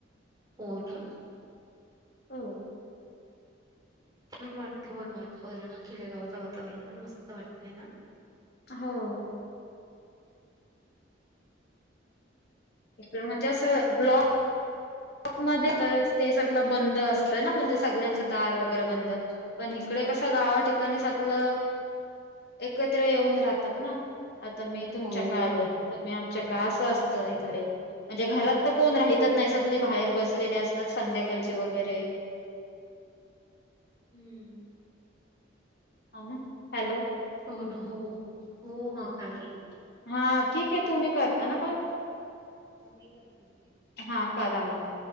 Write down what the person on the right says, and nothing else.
हो ना
छान वाटतं पण वातावरण हा खेडेगावचं वातावरण पण मस्त वाटतय ना.
हो,
हम्म.
हो ना हो हो
हो चालल
हो मी करतील की हो.